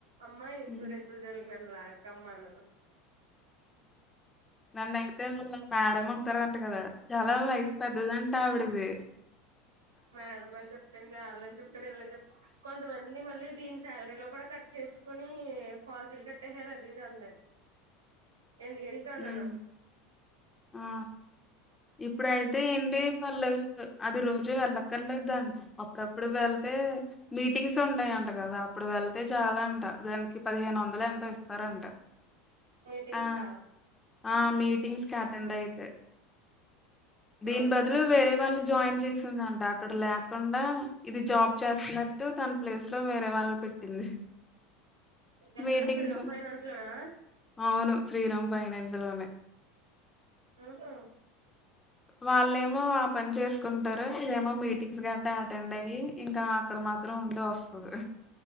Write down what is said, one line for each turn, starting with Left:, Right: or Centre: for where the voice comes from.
Right: అమ్మాయి ఇ
Left: హ్మ్.
Right: జూర ఎంత <unintelligible> నల్ల కమ్మన
Left: నన్నయితే మళ్ళ మేడం ఉంటారంట కదా చాలా వయసు పెద్దదాంటా ఆవిడదు
Right: మేడద అని చెప్తంది వాళ్ళని చెప్తను వెళ్ళని చెప్త కొంతమంది మళ్ళీ దీని శాలరీలో కూడా కట్ చేసుకుని పాలసీలు కట్టేయారు అది ఇది అందండి ఎందుకది కన్న
Left: హ్మ్. ఆ! ఇప్పుడైతే ఏంటి వాళ్ళు అది రోజు రజ వెళ్ళక్కర్లేదుంట అప్పుడప్పుడు వెళ్తే మీటింగ్స్ ఉంటాయంట కదా అప్పుడు వెళ్తే చాలా అంట దానికి పదిహేను వందలు ఎంతో ఇస్తారంట
Right: మీటింగ్స్
Left: ఆ
Right: కా
Left: ఆ మీటింగ్స్ క అటెండ్ అయితే దీని
Right: ఆహా
Left: బదులు వేరే వాళ్ళు జాయిన్ చేసిందంట అక్కడ లేకుండా ఇది జాబ్ చేస్తునట్టు తన ప్లేస్ లో వేరే వాళ్ళు పెట్టింది
Right: ఎక్కడ
Left: మీటింగ్స్
Right: శ్రీరామ్ ఫైనాన్స్ లోనా
Left: అవును శ్రీరామ్ ఫైనాన్స్ లోనే
Right: ఆహా
Left: వాళ్ళేమో ఆ పని చేసుకుంటారు ఇదేమో మీటింగ్స్ గట్ట అటెండ్ అయి ఇంకా అక్కడ మాత్రం ఉండి వస్తుది